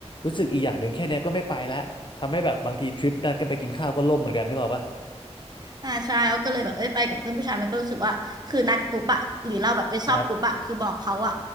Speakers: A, on the left; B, on the right.
A: รู้สึกอีกอย่างหนึ่งแค่เนี้ยก็ไม่ไปละทำให้แบบบางทีทริปนัดกันไปกินข้าวก็ล่มเหมือนกันนึกออกปะ
B: อ่าใช่เราก็เลยแบบเอ้ยไปกับเพื่อนผู้ชายมันก็รู้สึกว่าคือนัดปุ๊บอะหรือเราแบบเอ้ยชอบปุ๊บอะคือบอกเขาอะ
A: ครับ